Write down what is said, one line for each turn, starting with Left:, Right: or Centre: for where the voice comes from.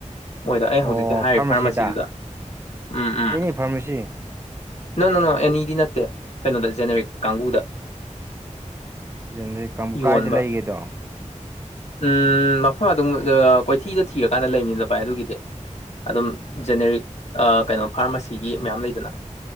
Left: ꯃꯣꯏꯗ ꯑ
Right: ꯑꯣ
Left: ꯍꯧꯖꯤꯛꯁꯦ ꯍꯥꯏꯔꯤꯕ
Right: ꯐꯥꯔꯃꯥꯁꯤꯗ
Left: ꯐꯥꯔꯃꯥꯁꯤꯗꯨꯗ ꯎꯝ ꯎꯝ
Right: ꯑꯦꯅꯤ ꯐꯥꯔꯃꯥꯁꯤ
Left: ꯅꯣ ꯅꯣ ꯅꯣ ꯑꯦꯅꯤꯗꯤ ꯅꯠꯇꯦ ꯀꯩꯅꯣꯗ ꯖꯦꯅꯦꯔꯤꯛ ꯀꯥꯡꯕꯨꯗ
Right: ꯖꯦꯅꯦꯔꯤꯛ ꯀꯥꯡꯕꯨ
Left: ꯌꯣꯟꯕ
Right: ꯀꯥꯏꯗ ꯂꯩꯒꯦꯗꯣ
Left: ꯎꯝ ꯃꯐꯝ ꯑꯗꯨꯝ ꯀꯣꯏꯊꯤꯗ ꯊꯤꯔꯀꯥꯟꯗ ꯂꯩꯃꯤꯅꯤꯅ ꯚꯥꯏ ꯑꯗꯨꯒꯤꯗꯤ ꯑꯗꯨꯝ ꯖꯦꯅꯦꯔꯤꯛ ꯑꯥ ꯀꯩꯅꯣ ꯐꯥꯔꯃꯥꯁꯤꯒꯤ ꯃꯌꯥꯝ ꯂꯩꯗꯅ